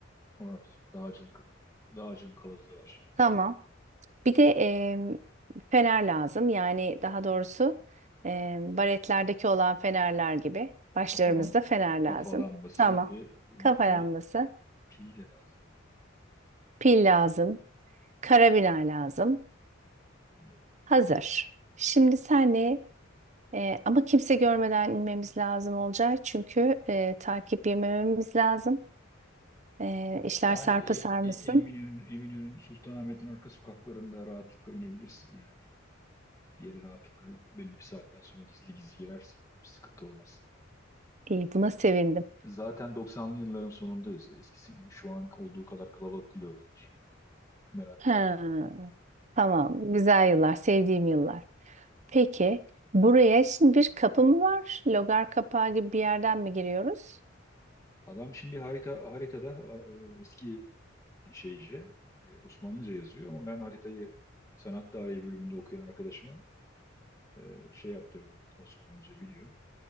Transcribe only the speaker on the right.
Tamam. Bir de em, fener lazım. Yani daha doğrusu em, baretlerdeki olan fenerler gibi. Başlarımızda
fener lazım.
Tamam.
Kafa lambası,
pil lazım, karabina lazım.
Hazır. Şimdi senle e, ama kimse görmeden inmemiz lazım olacak. Çünkü e, takip yemememiz lazım. E, işler
sarpa
sarmasın.
İyi, buna sevindim.
Ha,
tamam. Güzel yıllar, sevdiğim yıllar. Peki buraya şimdi bir kapı mı var? Logar kapağı gibi bir yerden mi giriyoruz?